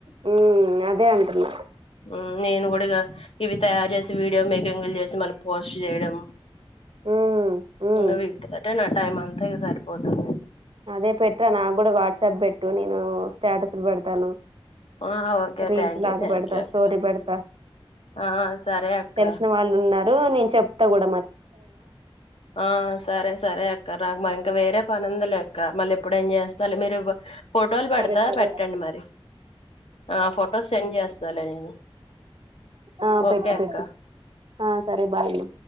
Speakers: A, on the right; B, on the left.
A: హ్మ్. అదే అంటున్నా.
B: ఉ నేను కూడా ఇవి తయారు చేసి వీడియో మేకింగ్ లు చేసి మన పోస్ట్ చేయడం
A: హ్మ్. హ్మ్.
B: ఇంకా వీటి తోనే నా టైం అంతా ఇగ సరిపోతాది
A: అదే పెట్రా నాకు కూడా వాట్సాప్ పెట్టు నేను స్టేటస్లు పెడతాను
B: ఆ ఓకే
A: రీల్స్
B: థ్యాంక్
A: లాగా
B: యూ థ్యాంక్
A: పెడతా
B: యూ అక్క
A: స్టోరి పెడతా
B: ఆ సరే అక్క
A: తెలిసిన వాళ్ళు ఉన్నారు నేను చెప్తా కూడ
B: ఆ సరే సరే అక్క రా మారి ఇంకా వేరే పనుందిలేక్క మళ్ళీ ఎపుడన్న చేస్తాలే మీరు ఫొటోలు పెడతా
A: సరే సరేరా
B: పెట్టండి మరి ఆ ఫొటోస్ సెండ్ చేస్తాలే నేను
A: ఆ
B: ఓకే
A: పెట్టు పెట్టు
B: అక్క
A: ఆ సరే బాయ్ మా